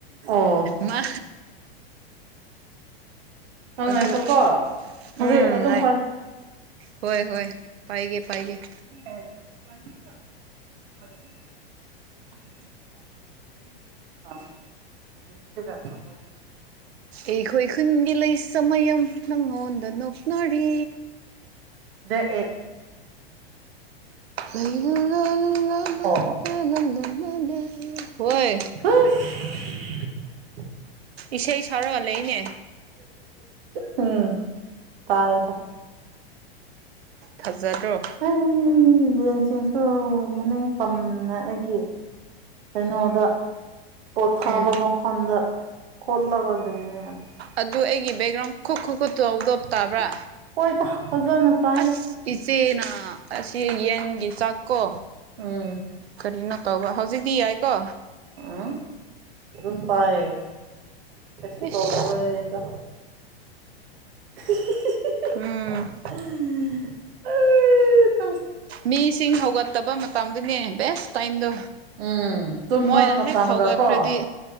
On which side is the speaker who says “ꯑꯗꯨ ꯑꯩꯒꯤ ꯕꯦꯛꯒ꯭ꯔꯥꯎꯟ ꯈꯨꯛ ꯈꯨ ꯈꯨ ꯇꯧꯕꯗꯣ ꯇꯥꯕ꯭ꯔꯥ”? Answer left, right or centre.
Right